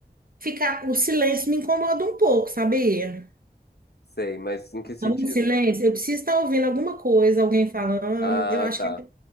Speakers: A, on the right (about 60°); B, on the left (about 75°).
A: ficar. O silêncio me incomoda um pouco, sabia?
B: Sei, mas em que sentido?
A: Tá em silêncio. Eu preciso estar ouvindo alguma coisa, alguém falando.
B: Ah,
A: Eu acho
B: tá.
A: que